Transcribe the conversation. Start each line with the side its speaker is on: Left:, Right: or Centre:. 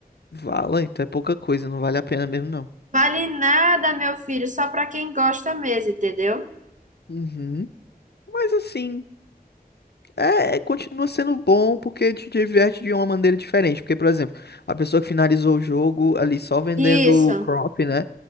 Left: Vala, então é pouca coisa, não vale a pena mesmo, não.
Right: Vale nada, meu filho, só para quem gosta mesmo, entendeu?
Left: Uhum. Mas assim. É, é, continua sendo bom porque te diverte de uma maneira diferente. Porque, por exemplo, a pessoa que finalizou o jogo ali só vendendo
Right: Isso,
Left: crop, né?